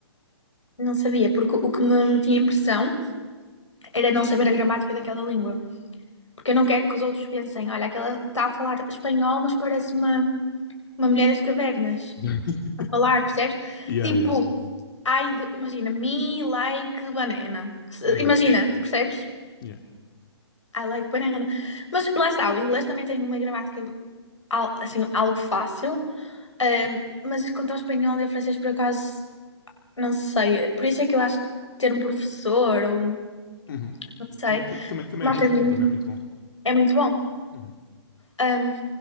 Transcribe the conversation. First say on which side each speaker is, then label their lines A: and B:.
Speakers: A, on the left (about 85°); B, on the left (about 50°).
A: Não sabia, porque o que me metia impressão era não saber a gramática daquela língua. Porque eu não quero que os outros pensem, olha, aquela está a falar espanhol, mas parece uma, uma mulher das cavernas
B: <laughs>
A: a falar, percebes?
B: Yeah,
A: Tipo,
B: yeah.
A: I do- imagina, me like banana.
B: Uhum,
A: Imagina, percebes?
B: yeah.
A: I like banana. Mas lá está, o inglês também tem uma gramática assim, algo fácil, ahm, mas quanto ao espanhol e ao francês, por acaso, não sei. Por isso é que eu acho que ter um professor ou,
B: Uhum.
A: não sei,
B: Também, também, também
A: uma
B: é muito
A: academia
B: bom, também é muito bom.
A: é muito bom.
B: Uhum.
A: Ahm,